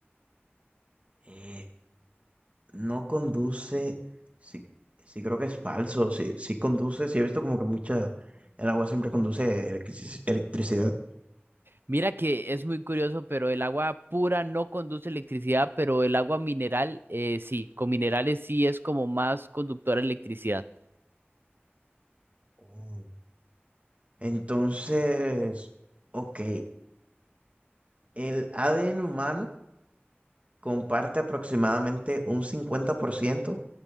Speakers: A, on the right; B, on the right.
A: Eh, no conduce, sí, sí creo que es falso, sí, sí conduce, sí he visto como que mucha, el agua siempre conduce electrici- electricidad.
B: Mira que es muy curioso, pero el agua pura no conduce electricidad, pero el agua mineral eh, sí, con minerales sí es como más conductora de electricidad.
A: Oh. Entonces, ok, el ADN humano comparte aproximadamente un 50%